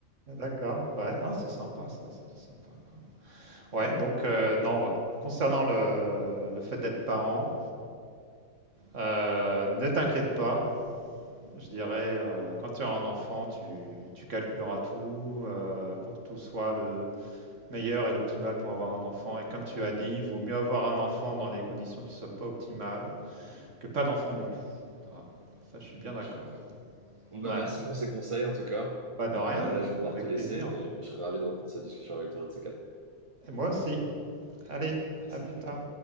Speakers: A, on the right; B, on the right.
A: d'accord, ouais, Ah, c'est sympa ça, c'est sympa quand même. Ouais, donc euh, non, bah, concernant le, le fait d'être parent, euh, ne t'inquiète pas, je dirais, euh, quand tu as un enfant, tu, tu calculeras tout euh, pour que tout soit le meilleur et l'optimal pour avoir un enfant. Et comme tu as dit, vaut mieux avoir un enfant dans des conditions qui ne soient pas optimales que pas d'enfant du tout. Voilà. Ça, je suis bien
B: ah,
A: d'accord.
B: je suis d'accord. Bon, bah,
A: Ouais,
B: merci pour ces conseils en tout cas.
A: pas de rien,
B: Euh, là, je vais devoir
A: avec
B: te laisser,
A: plaisir.
B: mais, mais je serais ravi de reprendre cette discussion avec toi un de ces quatre.
A: Et Moi aussi. Allez,
B: Ah, salut.
A: à plus tard.